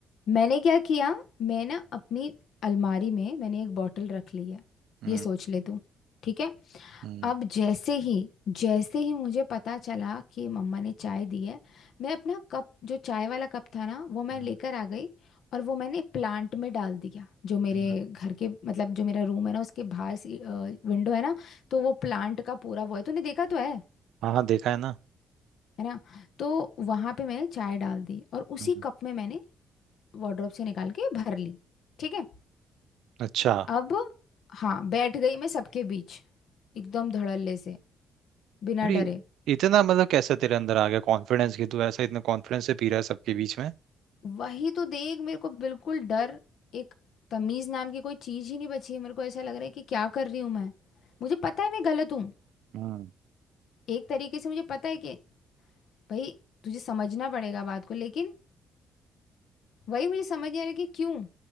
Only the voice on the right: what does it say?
हम्म
हम्म,
हम्म,
हम्म।
हाँ हाँ देखा है ना
हम्म।
अच्छा
अरे
इतना मतलब कैसे तेरे अंदर आ गया कॉन्फिडेंस कि तू ऐसा इतना कॉन्फिडेंस से पी रहा है सबके बीच में
हम्म